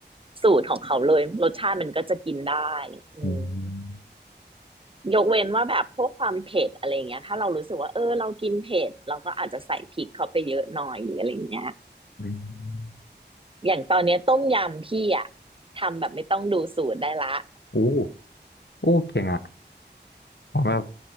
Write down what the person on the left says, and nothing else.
อืม
อืม
อู้อู้เก่งอ่ะผมแบบ